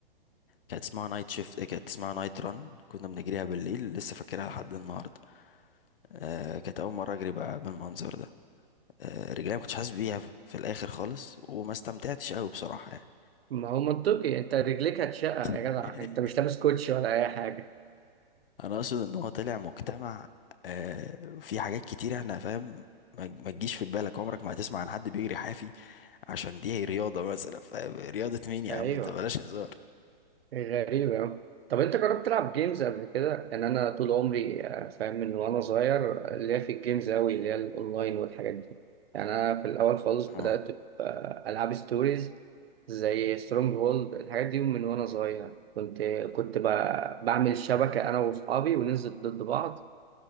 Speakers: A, on the left (about 70°); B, on the right (about 85°).
A: كانت اسمها نايت شيفت كانت اسمها نايت ران كنا بنجريها بالليل لسه فاكرها لحد النهارده آه كانت اول مره اجري بقى بالمنظر ده آه رجلي ما كنتش حاسس بيها في في الاخر خالص وما استمتعتش قوي بصراحه يعني
B: ما هو منطقي انت رجليك هتشقق
A: <laughs>
B: يا جدع انت مش لابس كوتشي ولا اي حاجه
A: انا اقصد ان هو طلع مجتمع آه في حاجات كتير احنا فاهم ما ما تجيش في بالك عمرك ما هتسمع عن حد بيجري حافي عشان دي رياضه مثلا فاهم رياضه مين يا
B: ايوه
A: عم انت بلاش هزار
B: غريبة أوي طب انت جربت تلعب جيمز قبل كده ان انا طول عمري آه، فاهم من وانا صغير اللي هي في الجيمز أوي اللي هي الاونلاين والحاجات دي يعني انا في الاول خالص بدات
A: اه
B: العاب ستوريز زي سترونج هولد الحاجات دي من وانا صغير كنت كنت ب- بعمل شبكه انا واصحابي وننزل ضد بعض